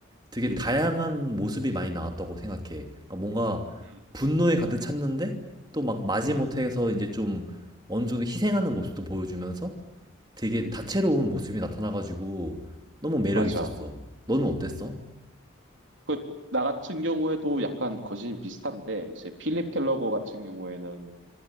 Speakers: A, on the right (about 20°); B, on the right (about 70°).
A: 되게
B: 음,
A: 다양한 모습이 많이 나왔다고 생각해. 그러니까 뭔가
B: 음,
A: 분노에 가득 찼는데 또 막 마지못해서
B: 음,
A: 이제 좀 어느 정도 희생하는 모습도 보여주면서 되게
B: 음,
A: 다채로운 모습이 나타나가지고 너무 매력
B: 맞아.
A: 있었어. 너는 어땠어?
B: 그, 나 같은 경우에도 약간 거진 비슷한데, 이제 필립 켈러거 같은 경우에는